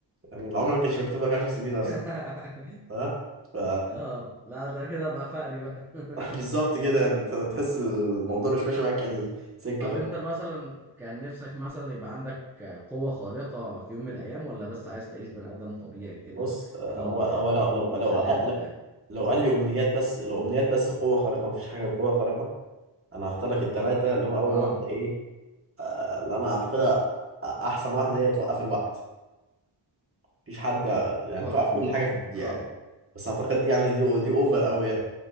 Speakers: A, on the right; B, in the centre.
A: يعني العمر ما كانش مكتوب لك 10 سنين
B: <laughs>
A: اصلا ها ف
B: اه لا ده كده بقى فقري بقى <laughs>
A: <laughs> بالظبط كده يعني انت تحس الموضوع مش ماشي معاك يعني سكه
B: طب
A: خالص
B: انت مثلا كان نفسك مثلا يبقى عندك قوة خارقة في يوم من الايام ولا بس عايز تعيش بني ادم طبيعي كده
A: بص آه،
B: في
A: هو هو لو
B: هدوء
A: لو
B: وسلام
A: لو
B: وبتاع
A: لو لو قال لي امنيات بس لو امنيات بس قوه خارقه مفيش حاجه غير قوه خارقه انا هختار لك الثلاثه اللي هو اول
B: اه
A: واحده ايه آه، اللي انا اعتقدها احسن واحده هي توقف الوقت مفيش حد يعني
B: توقف
A: توقف
B: الوقت
A: كل حاجه في الدنيا
B: اه
A: يعني بس اعتقد دي يعني دي دي اوفر قوي يعني